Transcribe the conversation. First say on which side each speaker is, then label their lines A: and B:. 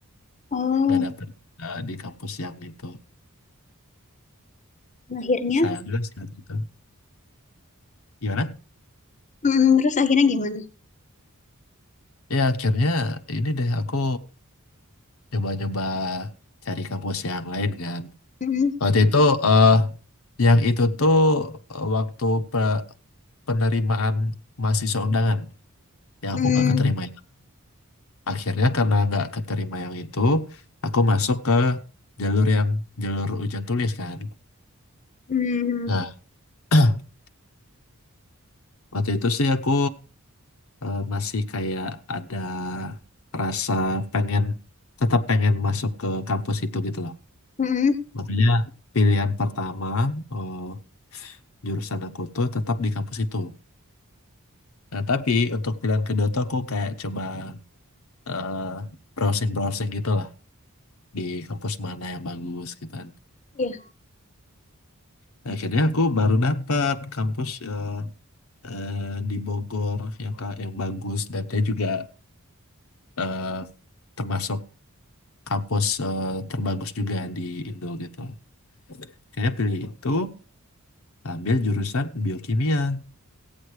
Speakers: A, on the left; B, on the left.
A: Oh,
B: nggak dapet eh, di kampus yang itu.
A: akhirnya.
B: Sayang juga sih waktu itu. Gimana?
A: Hmm, hmm. terus akhirnya gimana?
B: Ya akhirnya ini deh aku nyoba-nyoba cari kampus yang lain kan.
A: Hmm,
B: Waktu itu eh yang itu tuh eh, waktu pe- penerimaan mahasiswa undangan yang
A: hmm,
B: aku nggak keterima itu. Akhirnya karena nggak keterima yang itu, aku masuk ke jalur yang jalur ujian tulis kan.
A: hmm,
B: Nah, <clears throat> waktu itu sih aku eh, masih kayak ada rasa pengen tetap pengen masuk ke kampus itu gitu loh.
A: hmm.
B: Makanya pilihan pertama eh, jurusan aku tuh tetap di kampus itu. Nah, tapi untuk pilihan kedua tuh aku kayak coba eh, browsing-browsing gitu lah di kampus mana yang bagus gitu kan.
A: Iya,
B: Nah, akhirnya aku baru dapat kampus eh, eh, di Bogor yang ka- yang bagus dan dia juga eh, termasuk kampus eh, terbagus juga di Indo gitu. Akhirnya pilih itu ambil jurusan biokimia.